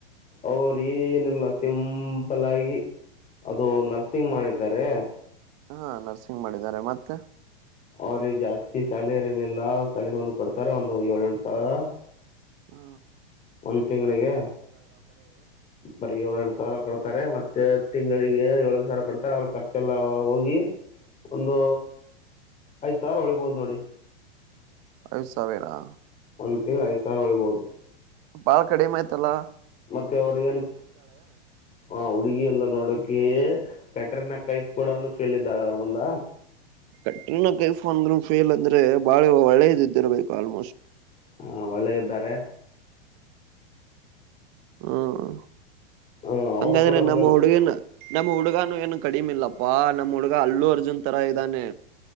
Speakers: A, on the left (about 25°); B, on the right (about 45°).
A: ಅವರು ಏನಿಲ್ಲ ಸಿಂಪಲ್ ಆಗಿ ಅದು ನರ್ಸಿಂಗ್ ಮಾಡಿದ್ದಾರೆ.
B: ಹಾ ನರ್ಸಿಂಗ್ ಮಾಡಿದ್ದಾರೆ ಮತ್ತೆ.
A: ಅವ್ರಿಗೆ ಜಾಸ್ತಿ ಸ್ಯಾಲರಿ ಏನಿಲ್ಲ ಸ್ಯಾಲರಿ ಒಂದು ಕೊಡ್ತಾರೆ ಒಂದು ಏಳ ಎಂಟು ಸಾವಿರ.
B: ಹ್ಮ.
A: ಒಂದ್ ತಿಂಗಳಿಗೆ ಬರಿ ಯೊಳ್. ಸಾವಿರ ಕೊಡ್ತಾರೆ ಮತ್ತೆ ತಿಂಗಳಿಗೆ ಏಳು ಸಾವಿರ ಕೊಡ್ತಾರೆ ಅವ್ರ ಖರ್ಚೆಲ್ಲ ಹೋಗಿ ಒಂದು ಐದು ಸಾವಿರ ಉಳಿಬೋದು ನೋಡಿ.
B: ಐದು ಸಾವಿರಾ.
A: ಒಂದು ತಿಂಗಳಿಗೆ ಐದು ಸಾರು ಉಳಬೋದು.
B: ಬಾಳ ಕಡೆಮ ಆಯ್ತಲ್ಲಾ.
A: ಮತ್ತೆ ಅವರು ಏನ್ ಹ ಹುಡುಗಿ ಎಲ್ಲ ನೋಡಕ್ಕೆ. ಕಟರಿನ ಕೈಫ್ ಕೂಡ ಫೇಲ್ ಇದ್ದಾಳೆ ಅವ್ಳ ಮುಂದ.
B: ಕತ್ರಿನಾ ಕೈಫೋನ್ ಫೇಲ್ ಅಂದ್ರೆ ಬಾಳ ಒಳ್ಳೇದ ಇದ್ದಿರಬೇಕು ಅವ್ಳು ಮೋಸ್ಟ್ಲಿ.
A: ಹಾ ಒಳ್ಳೆ ಇದ್ದಾರೆ.
B: ಹ್ಮ
A: ಹ
B: ಹಂಗಾದ್ರೆ
A: ಅವ್ರು ಕೂಡ ಮೊದಲು
B: ನಮ್ಮ ಹುಡುಗನ. ನಮ್ಮ ಹುಡುಗಾನು ಏನು ಕಡಿಮ ಇಲ್ಲಪ್ಪಾ ನಮ್ಮ್ ಹುಡ್ಗ ಅಲ್ಲು ಅರ್ಜುನ್ ತರ ಇದ್ದಾನೆ.